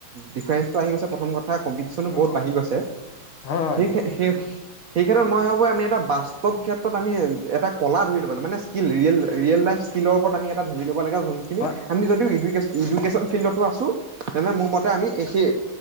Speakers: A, on the right; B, on the left.
A: ডিফাৰেন্ঞ্চটো আহি গৈছে, প্ৰথম কথা কম্পিটিচনো
B: হয়
A: বহুত বাঢ়ি গৈছে।
B: হয়
A: সেই সেই সেই ক্ষেত্ৰত মই ভাবোঁ আমি এটা বাস্ত ব, ক্ষেত্ৰত আমি এটা কলা ধৰি লব লাগিব, মানে স্কিল ৰিয়েল ৰিয়েল লাইফ স্কিলৰ ওপৰত আমি এটা ধৰি ল'ব লাগে। <unintelligible>
B: হয়
A: আমি যদিও এডু ইডুকেশ্যন ফিল্ডতো আছো, তেনে মোৰ মতে আমি সেই